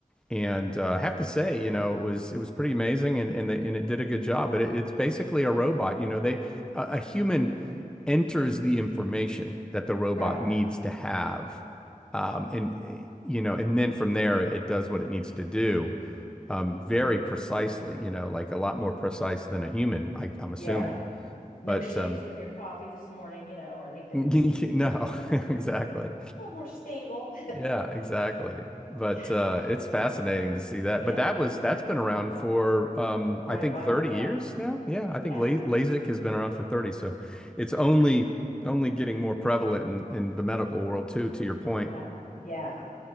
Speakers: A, in the centre; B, on the left.
A: And uh, I have to say, you know, it was it was pretty amazing, and and, they, and it did a good job. But it, it's basically a robot. You know, they a, a human enters the information that the robot
B: Right.
A: needs to have, um, and eh, you know, and then from there it does what it needs to do, um, very precisely. You know, like a lot more precise than a human, I, I'm
B: Yeah.
A: assuming.
B: No
A: But
B: shakes
A: um,
B: from your coffee this morning, you know, or anything.
A: <laughs> no, <laughs> exactly.
B: A little more stable.
A: Yeah, exactly. But
B: <laughs> Gosh.
A: uh, it's fascinating to see that.
B: Yeah.
A: But that was that's been around for um,
B: Quite
A: I think
B: a while.
A: 30
B: Yeah.
A: years now. Yeah, I think
B: Yeah.
A: La LASIK has been around for 30. So it's only only getting more prevalent in, in the medical world too, to your point.
B: Wow. Yeah.